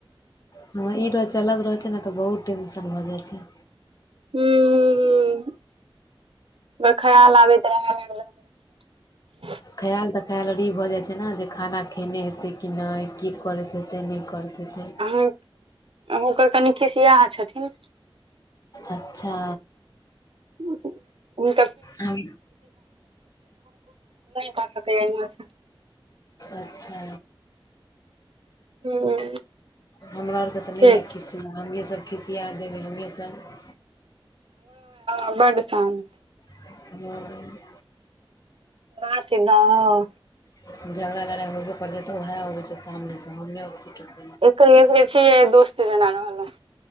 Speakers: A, on the left (about 40°); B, on the right (about 70°).
A: हँ ई <inaudible> रहै छै ने तऽ बहुत टेंशन भऽ जाइ छै।
B: ह ह ह <inaudible> खयाल आबैत रहे एकदम। <inaudible>
A: खयाल तऽ खयालर ई भऽ जाइत छै ने जे खाना खेने हेतै कि नहि की करैत हेतै नहि करैत हेतै।
B: अह ओकर कनि खिसियाह छथिन।
A: अच्छा।
B: <inaudible> <inaudible> नहि
A: हम
B: भऽ सकैये अहि में।
A: अच्छा।
B: हूँ
A: हमरा आरके तऽ
B: ठीक
A: नहि य
B: छै,
A: किछ। त हमे सब खिसिया देब हममेसभ।
B: <inaudible> बड शांत।
A: ह।
B: <inaudible>
A: झगड़ा झगड़ा होबे करत छै तऽ ओएह अबैत छै सामनेसँ हम नहि अबैत छिय।
B: एकर ई एगो छै दोस्त जेना रहलहु।